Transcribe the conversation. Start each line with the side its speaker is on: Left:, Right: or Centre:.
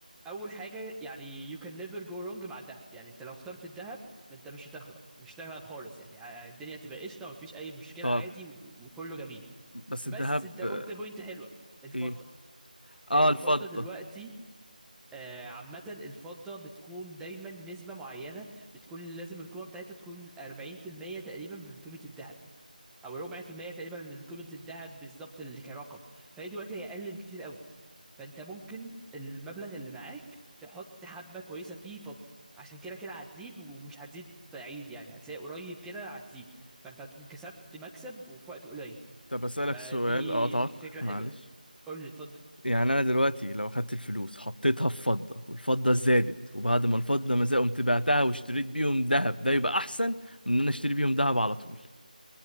Centre: اول حاجة يعني you can never go wrong مع الذهب يعني انت لو اخترت الذهب انت مش هتغلب مش هتغلب خالص يعني ع- الدنيا تبقى قشطة مفيش اي مشكلة
Left: طب
Centre: عادي و... وكله جميل
Left: بس
Centre: بس
Left: الذهب
Centre: انت قلت
Left: آه،
Centre: بوينت حلوة الفضة
Left: ايه اه
Centre: الفضة
Left: الفضة
Centre: دلوقتي آه، عامة الفضة بتكون دايما نسبة معينة بتكون لازم القيمة بتاعتها تكون 40% تقريبا من قيمة الذهب أو ربع في المية تقريبا من قيمة الذهب بالظبط اللي كرقم فهي دلوقتي هي أقل بكتير قوي فأنت ممكن المبلغ اللي معاك تحط حبة كويسة فيه فضة عشان كده كده هتزيد ومش هتزيد بعيد يعني هتلاقي قريب كده هتزيد فأنت هتكون كسبت مكسب وفي وقت قليل
Left: طب اسألك
Centre: فدي
Left: سؤال اقطعك
Centre: فكرة
Left: معلش
Centre: حلوة قول لي اتفضل
Left: يعني انا دلوقتي لو اخدت الفلوس حطيتها في فضة والفضة زادت وبعد ما الفضة ما زادت قمت بعتها واشتريت بيهم ذهب ده يبقى احسن من ان انا اشتري بيهم ذهب على طول